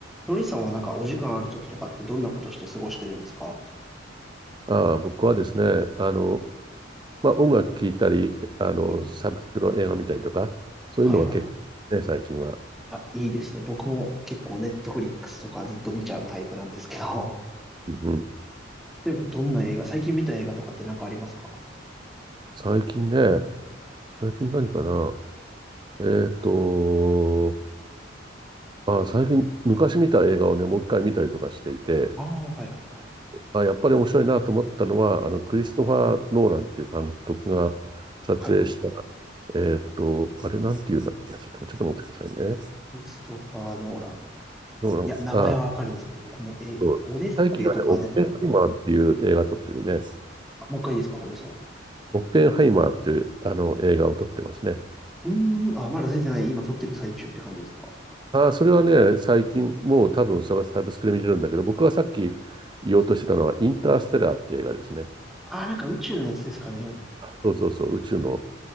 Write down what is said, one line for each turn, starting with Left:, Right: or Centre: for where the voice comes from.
Centre: のりさんはなんかお時間ある時とかってどんなことして過ごしてるんですか
Right: ああ、僕はですね、あの、まあ、音楽聴いたり、あの、
Centre: はい
Right: サブスクの映画見たりとか、そういうのは結構ね、
Centre: はいはい。
Right: 最近は。
Centre: あ、いいですね。僕も結構ネットフリックスとかずっと見ちゃうタイプなんですけど、
Right: うん、
Centre: <laughs> 例えばどんな映画、最近見た映画とかってなんかありますか
Right: 最近ね、最近何かな。えーっと、あ最近昔見た映画をね、もう一回見たりとかしていて、
Centre: ああー、はいはいはい。
Right: あ、やっぱり面白いなと思ったのは、あのクリストファー・ノーランっていう監督が撮影した、
Centre: はい。
Right: えーっと、あれなんていうんだ、いや、ちょっと、ちょっと待ってくださいね。
Centre: クリストファー・ノーラン。
Right: ノーラン、
Centre: いや、名前はわかるんですけど、
Right: あ
Centre: 僕も、え、
Right: うん、
Centre: オデッセイとか出てくる。
Right: 最近はね、オッペンハイマーっていう映画撮ってるね。
Centre: あ、もう一回いいですかごめんなさい。
Right: オッペンハイマーっていうあの映画を撮ってますね。
Centre: うーん、あ、まだ出てない。今撮ってる最中って感じですか
Right: ああ、それはね、最近、もう多分サブサブスクで見れるんだけど、僕はさっき言おうとしてたのは、インターステラーっていう映画ですね。
Centre: あー、なんか宇宙のやつですかね。
Right: そうそうそう、宇宙の